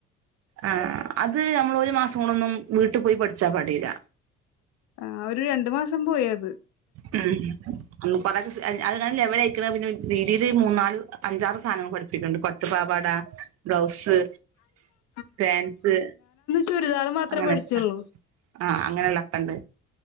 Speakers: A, on the right; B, on the left.
A: ആഹ് അത് നമ്മള് ഒരു മാസം കൊണ്ടൊന്നും വീട്ട് പോയി പഠ്ച്ചാ പടീല്ല
B: ആഹ് ഒരു രണ്ട് മാസം പോയത്
A: ഉം ഒന്ന് കാെറെ സിസ് അൽ അഅ് ഇങ്ങനെ ലെവലയിക്ക്‌ണ് പിന്നെരു രീതീല് മൂന്നാല് അഞ്ചാറ് സാനങ്ങൾ പഠിപ്പിക്ക്‌ണ്ട് പട്ടു പാവാട ബ്ലൗസ്
B: <inaudible>
A: പാൻസ്
B: ചുരിദാറ് മാത്രേ
A: അങ്ങനെയൊക്കെ
B: പഠിച്ചാെള്ളൂ
A: ആഹ് അങ്ങനെള്ളക്ക ഇണ്ട്